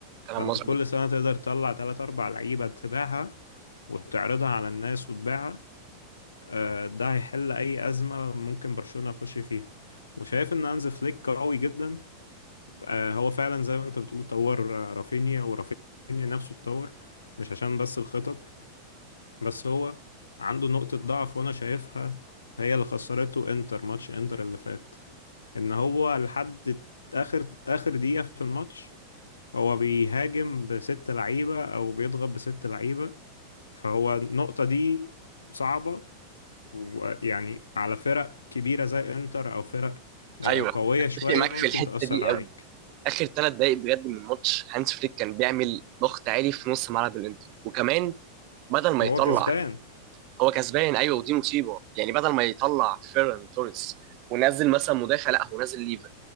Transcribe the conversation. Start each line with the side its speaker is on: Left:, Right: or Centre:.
Right: كلام
Left: فانت
Right: مظبوط
Left: كل سنة تقدر تطلع تلات أربع لعيبة تبيعها وتعرضها على الناس وتبيعها آه، ده هيحل أي أزمة ممكن برشلونة يخش فيها وشايف إن هانز فليك قوي جدا آه، هو فعلا زي ما أنت بتقول طور آه، رافينيا ورافينيا نفسه اتطور مش عشان بس الخطط بس هو عنده نقطة ضعف وأنا شايفها هي اللي خسرته إنتر ماتش إنتر اللي فات إن هو لحد آخر آخر دقيقة في الماتش هو بيهاجم بست لعيبة أو بيضغط بست لعيبة فهو النقطة دي صعبة ويعني على فرق كبيرة زي إنتر أو فرق آه،
Right: ايوه
Left: قوية
Right: اتفق
Left: شوية
Right: معاك
Left: ممكن
Right: في ايوه الحته
Left: تأثر
Right: دي
Left: عليك
Right: قوي اخر ثلاث دقائق بجد من الماتش هانس فليك كان بيعمل ضغط عالي في نص ملعب الانتر وكمان بدل ما هو
Left: وهو
Right: يطلع
Left: كسبان
Right: هو كسبان ايوه ودي مصيبه يعني بدل ما يطلع فيران توريس ونزل مثلا مدافع لا هو نزل ليفا